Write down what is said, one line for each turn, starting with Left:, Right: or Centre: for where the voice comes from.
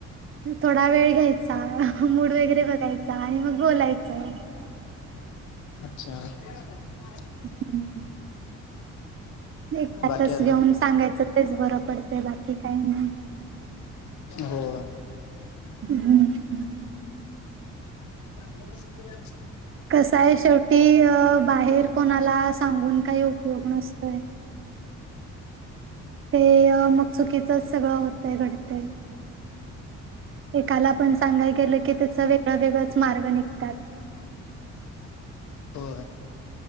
Right: थोडा वेळ घ्यायचा मूड वगैरे बघायचा आणि मग बोलायचं
Left: अच्छा <inaudible>
Right: ह् एकातच
Left: बाकी अजून
Right: घेऊन सांगायचं तेच बरं पडत बाकी काही नाही
Left: हो
Right: हम्
Left: हो ह
Right: कसय शेवटी बाहेर कोणाला सांगून काही उपयोग नसतोय ते मग चुकीचंच सगळं होतय घडतं एकाला पण सांगाय गेलं की त्याचं वेगळ वेगळंच मार्ग निघतात
Left: हो